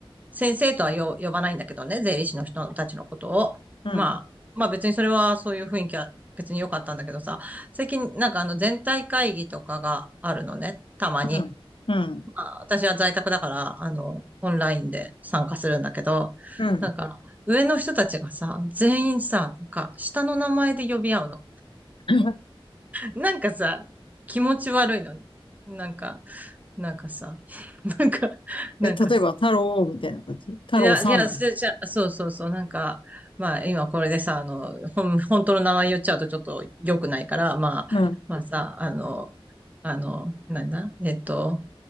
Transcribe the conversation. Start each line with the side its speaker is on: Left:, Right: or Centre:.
Right: 先生とはよ呼ばないんだけどね、税理士の人たちのことを。
Left: うん、
Right: まあ、まあ別にそれはそういう雰囲気は別に良かったんだけどさ、最近なんかあの全体会議とかがあるのね、たまに。
Left: うん、うん、
Right: まあ私は在宅だから、あの、オンラインで参加するんだけど、
Left: うん。
Right: なんか、上の人たちがさ、全員さ、なんか、下の名前で呼び合うの。
Left: <laughs>
Right: なんかさ、気持ち悪いのね。なんか、なんかさ、<laughs> なんか、なんかさ、
Left: え、例えば、太郎みたいな感じ太郎さん。
Right: いや、いや、それじゃ、そうそうそう、なんか、まあ、今これでさ、あの、ほん、本当の名前言っちゃうとちょっと良くないから、まあ、
Left: うん、
Right: まあさ、あの、あの、なんだ、えっと、